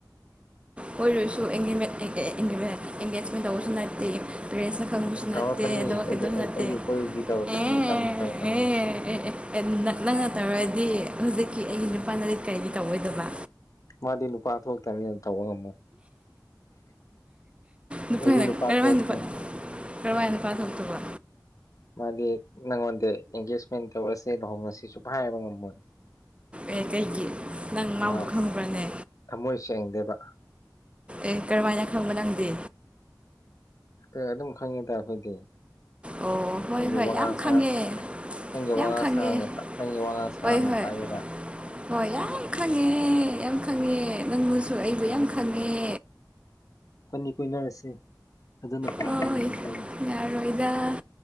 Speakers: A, on the right; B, on the left.
A: ꯀꯣꯏꯔꯁꯨ ꯑꯦꯡꯒꯦꯖꯃꯦꯟ ꯇꯧꯕꯁꯨ ꯅꯠꯇꯦ ꯄꯦꯔꯦꯁꯅ ꯈꯪꯕꯁꯨ
B: ꯇꯧꯔꯛꯀꯅꯤ
A: ꯅꯠꯇꯦꯗ
B: ꯑꯩꯒ
A: <unintelligible> ꯅꯠꯇꯦ
B: ꯑꯩꯒ ꯀꯣꯏꯔꯗꯤ ꯇꯧꯔꯛꯀꯅꯤ
A: ꯑꯦ
B: ꯇꯝꯃꯤ ꯇꯧꯔꯛꯀꯅꯤ
A: ꯑꯦ꯫ ꯑꯦ ꯅ ꯅꯪꯅ ꯇꯧꯔꯗꯤ ꯍꯧꯖꯤꯛꯀꯤ ꯑꯩꯒꯤ ꯅꯨꯄꯥꯅꯗꯤ ꯀꯔꯤꯗꯤ ꯇꯧꯔꯛꯑꯣꯏꯗꯕ꯫
B: ꯃꯥꯗꯤ ꯅꯨꯄꯥ ꯊꯣꯛꯇꯝꯅꯤꯅ ꯇꯧꯕ ꯉꯝꯃꯣꯏ꯫
A: ꯅꯨꯄꯥꯗ
B: ꯑꯩꯗꯤ
A: ꯀꯔꯝꯃꯥꯏ
B: ꯊꯣꯛꯈ꯭ꯔꯦ
A: ꯅꯨꯄꯥ ꯀꯔꯝꯃꯥꯏꯅ ꯅꯨꯄꯥ ꯊꯣꯛꯇꯔꯤꯕ꯫
B: ꯃꯥꯗꯤ ꯅꯪꯉꯣꯟꯗ ꯑꯦꯡꯒꯦꯖꯃꯦꯟ ꯇꯧꯔꯁꯦꯡ ꯂꯨꯍꯣꯡꯉꯁꯦ ꯁꯨꯡꯍꯥꯏ ꯍꯥꯏꯕ ꯉꯝꯃꯣꯏ꯫
A: ꯑꯦ ꯀꯩꯒꯤ ꯅꯪ ꯃꯥꯕꯨ
B: ꯃꯥ
A: ꯈꯪꯕ꯭ꯔꯅꯦ꯫
B: ꯊꯃꯣꯏ ꯁꯦꯡꯗꯦꯕ꯫
A: ꯑꯦ ꯀꯔꯝꯃꯥꯏꯅ ꯈꯪꯕ ꯅꯪꯗꯤ꯫
B: ꯑꯦ ꯑꯗꯨꯝ ꯈꯪꯉꯤꯗ ꯑꯩꯈꯣꯏꯗꯤ
A: ꯑꯣ ꯍꯣꯏ
B: ꯃꯤꯒꯤ
A: ꯍꯣꯏ
B: ꯋꯥꯉꯥꯡ
A: ꯌꯥꯝ
B: ꯁꯥꯉꯥꯡ
A: ꯈꯪꯉꯦ
B: ꯅꯪꯒꯤ
A: ꯌꯥꯝ
B: ꯋꯥꯉꯥꯡ
A: ꯈꯪꯉꯦ
B: ꯁꯥꯉꯥꯡ ꯅꯪ ꯋꯥꯉꯥꯡ ꯁꯥꯉꯥꯡꯅ
A: ꯍꯣꯏ ꯍꯣꯏ
B: ꯇꯥꯛꯏꯗ꯫
A: ꯍꯣꯏ ꯌꯥꯝ ꯈꯪꯉꯦ ꯌꯥꯝ ꯈꯪꯉꯦ ꯅꯪꯕꯨꯁꯨ ꯑꯩꯕꯨ ꯌꯥꯝ ꯈꯪꯉꯦ꯫
B: ꯏꯕꯥꯅꯤ ꯀꯣꯏꯅꯔꯁꯦ ꯑꯗꯨꯅ ꯐꯔꯅꯤ
A: ꯑꯣꯏ
B: ꯅꯪꯒꯤꯁꯨ ꯑꯩꯁꯨ꯫
A: ꯌꯥꯔꯣꯏꯗ